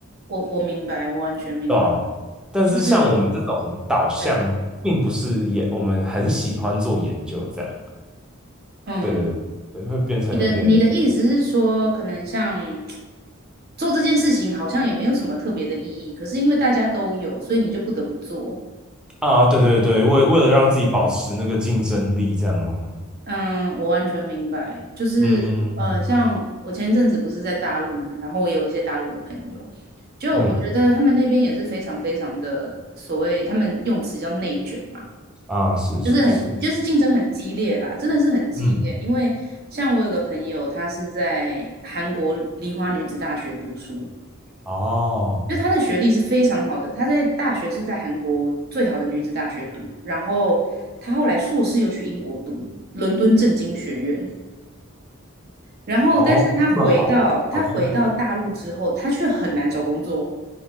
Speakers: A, on the right; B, in the centre.
A: 我我明白，我完全明白，
B: 对吧？但是像我们这种导向，
A: 就是对，
B: 并不是研，我们很喜欢做研究这样。
A: 嗯，
B: 对对对会变成有点
A: 你的你的意思是说，可能像做这件事情好像也没有什么特别的意义，可是因为大家都有，所以你就不得不做。
B: 啊，对对对，为为了让自己保持那个竞争力，这样吗？
A: 嗯，我完全明白，就是呃，
B: 嗯
A: 像我前一阵子不是在大陆嘛，然后我也有一些大陆的朋友，就我觉得他们那边也是非常非常的所谓他们用词叫内卷嘛，
B: 嗯啊，是是是，
A: 就是很就是竞争很激烈啦，真的是很激烈。
B: 嗯
A: 因为像我有个朋友，他是在韩国梨花女子大学读书，
B: 哦
A: 就他的学历是非常好的，他在大学是在韩国最好的女子大学读，然后他后来硕士又去英国读伦敦政经学院。然后，
B: 哦，
A: 但是他回到他回到大陆之后，
B: 这么好，好厉害，
A: 他却很难找工作，